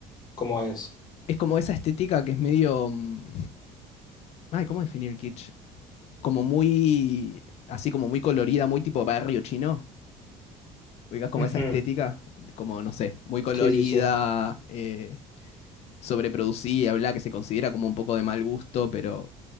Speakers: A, on the left (about 30°); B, on the left (about 50°).
A: cómo es.
B: es como esa estética que es medio. mm, Ay, ¿cómo definir el kitsch? Como muy. Así como muy colorida, muy tipo barrio chino. Oigas como
A: Ujú.
B: esa estética, como no sé, muy colorida,
A: Sí, sí, sí.
B: eh, sobreproducida, bla, que se considera como un poco de mal gusto, pero